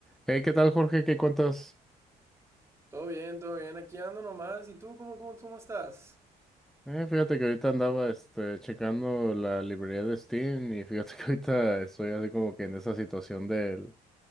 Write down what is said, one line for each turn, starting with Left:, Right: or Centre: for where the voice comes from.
Centre: Hey, ¿qué tal, Jorge? ¿Qué cuentas?
Right: Todo bien, todo bien. Aquí ando nomás. ¿Y tú cómo, cómo, cómo estás?
Centre: Eh, fíjate que ahorita andaba este, checando la librería de Steam y fíjate <laughs> que ahorita estoy así como que en esa situación del,